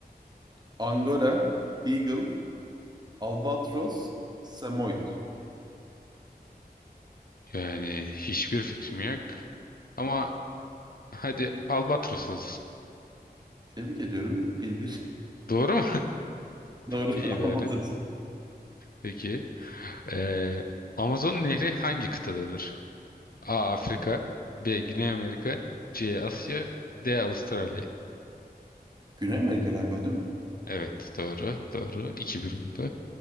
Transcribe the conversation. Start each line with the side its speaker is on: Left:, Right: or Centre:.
Right: Angora, Beagle, Albatros, Samoyed.
Left: Yani hiçbir fikrim yok. Ama hadi Albatros olsun.
Right: Tebrik ediyorum. Bir bir. <laughs>
Left: Doğru mu?
Right: Doğru.
Left: <laughs> İyi
Right: <laughs>
Left: bari.
Right: Albatros.
Left: Peki. Ee, Amazon Nehri hangi kıtadadır? A. Afrika B. Güney Amerika C. Asya D. Avustralya
Right: Güney Amerika galiba değil mi?
Left: Evet doğru doğru 2-1 oldu.